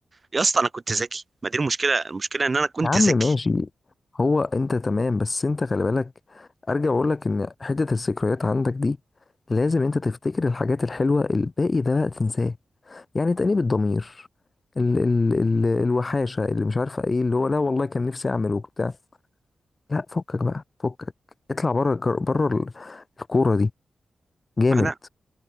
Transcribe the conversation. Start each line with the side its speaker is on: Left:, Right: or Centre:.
Right: يا اسطى أنا كنت ذكي ما دي المشكلة المشكلة إن أنا كنت
Left: يا عم
Right: ذكي
Left: ماشي هو انت تمام بس انت خلي بالك ارجع اقول لك ان حته الذكريات عندك دي لازم انت تفتكر الحاجات الحلوه الباقي ده بقى تنساه يعني تأنيب الضمير ال ال ال الوحاشه اللي مش عارفه ايه اللي هو لا والله كان نفسي اعمل وبتاع لا فكك بقى فكك اطلع بره الكر- بره ال- الكوره دي جامد
Right: انا